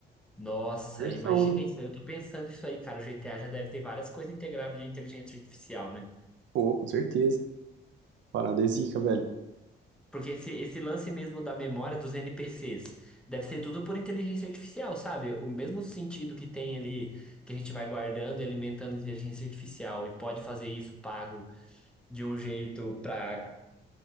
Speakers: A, in the centre; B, on the right.
A: Nossa,
B: versão
A: imagina isso. aí. Eu tô pensando isso aí, cara. O GTA já deve ter várias coisas integradas de inteligência artificial, né?
B: Pô, com certeza. Parada é zica, velho.
A: Porque esse, esse lance mesmo da memória dos NPCs deve ser tudo por inteligência artificial, sabe? O mesmo sentido que tem ali, que a gente vai guardando e alimentando inteligência artificial e pode fazer isso pago de um jeito para